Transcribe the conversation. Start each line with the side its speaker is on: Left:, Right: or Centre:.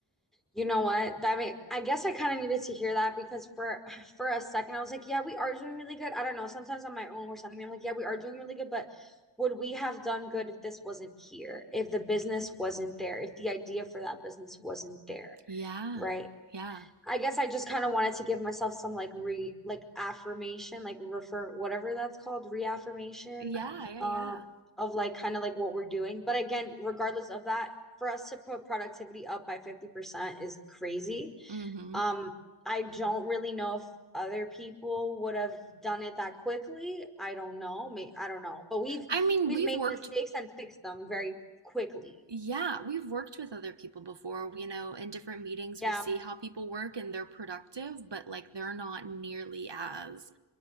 Centre: you know what that may i guess i kind of needed to hear that because for for a second i was like yeah we are doing really good i don't know sometimes on my own worst enemy i'm like yeah we are doing really good but would we have done good if this wasn't here if the business wasn't there if the idea for that business wasn't there
Right: Yeah,
Centre: right
Right: yeah.
Centre: I guess I just kind of wanted to give myself some like re like affirmation, like refer whatever that's called, reaffirmation
Right: Yeah, yeah,
Centre: um
Right: yeah.
Centre: of like kind of like what we're doing. But again, regardless of that, for us to put productivity up by 50% is crazy.
Right: Mm-hmm.
Centre: Um I don't really know if other people would have done it that quickly. I don't know. May I don't know. But we've
Right: I mean,
Centre: we've
Right: we've
Centre: made
Right: worked,
Centre: mistakes and fixed them very quickly.
Right: yeah, we've worked with other people before. You know, in different meetings,
Centre: Yeah.
Right: we see how people work and they're productive, but like they're not nearly as